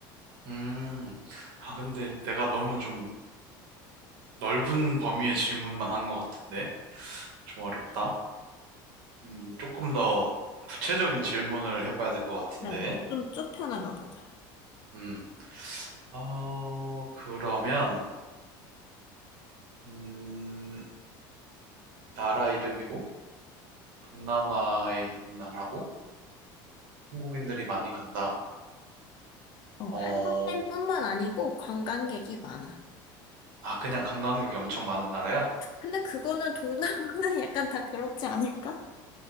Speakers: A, on the right; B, on the left.
A: 음, 아, 근데 내가 너무 좀 넓은 범위의 질문만 한 것 같은데? 좀 어렵다. 음, 조금 더 구체적인 질문을 해봐야 될 것 같은데.
B: 네, 이제 좀 좁혀나가 보자.
A: 음, 어, 그러면, 음, 나라 이름이고, 동남아에 있는 나라고, 한국인들이 많이 간다.
B: 어,
A: 어,
B: 한국인뿐만 아니고 관광객이 많아.
A: 아, 그냥 관광객이 엄청 많은 나라야?
B: 근데 그거는 동남아는 <laughs> 약간 다 그렇지 않을까?